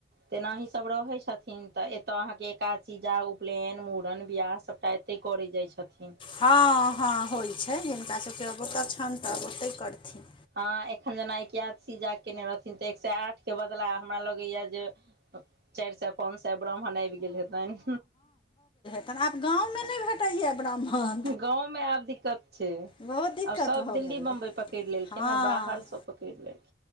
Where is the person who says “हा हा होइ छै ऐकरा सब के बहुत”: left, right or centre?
Left